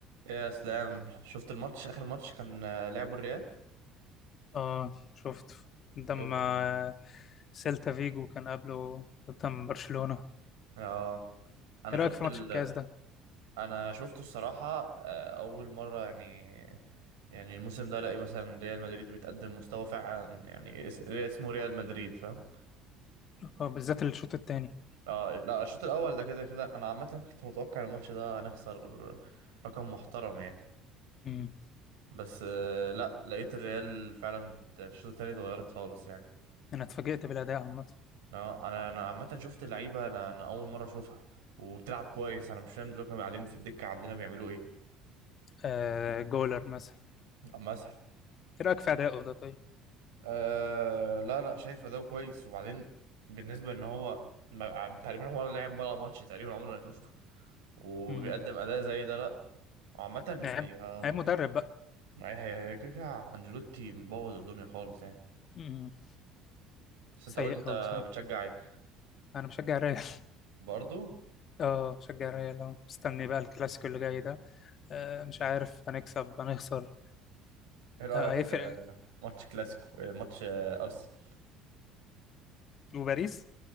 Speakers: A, on the right; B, on the left.
A: يا اسلام شفت الماتش اخر ماتش كان آه، لعبوا الريال
B: اه شفت قدام
A: شفته
B: آه، سيلتا فيجو كان قبله قدام برشلونة
A: اه انا
B: ايه
A: شفت
B: رأيك في
A: ال...
B: ماتش الكاس ده
A: انا شفته الصراحه آه، اول مره يعني يعني الموسم ده الاقي مثلا ريال مدريد بتقدم مستوى فعلا يعني اس- اسمه ريال مدريد فاهم
B: اه بالذات الشوط الثاني
A: اه لا الشوط الاول ده كده كده انا عامه كنت متوقع الماتش ده هنخسر رقم محترم يعني
B: امم
A: بس آه، لا لقيت الريال فعلا بت... في الشوط التاني اتغيرت خالص يعني
B: انا اتفاجئت بالاداء عامة
A: لا انا انا عامه شفت لعيبه انا انا اول مره اشوفها وبتلعب كويس انا مش فاهم دلوقتي كانوا قاعدين في الدكه عندنا بيعملوا ايه
B: آه جولر مثلا
A: مثلا
B: ايه رأيك في اداؤه ده طيب
A: أه لا لا شايف اداؤه كويس وبعدين بالنسبه ان هو ما- تقريبا هو ولا لعب ولا ماتش تقريبا عمري ما شفته وبيقدم
B: امم
A: اداء زي ده لا عامه
B: عيب
A: هي آه،
B: عيب مدرب بقى
A: هي هي هي كده كده انجيلوتي مبوظ الدنيا خالص يعني
B: امم
A: بس
B: سيء
A: انت قول لي انت
B: قوي بصراحة
A: بتشجع ايه
B: انا بشجع الريال <laughs>
A: برضه
B: اه بشجع الريال اه مستني بقى الكلاسيكو اللي جاي ده آه مش عارف هنكسب هنخسر
A: ايه رايك
B: آه هيفرق
A: في ماتش كلاسيكو آه، ماتش آه، ارسنال
B: وباريس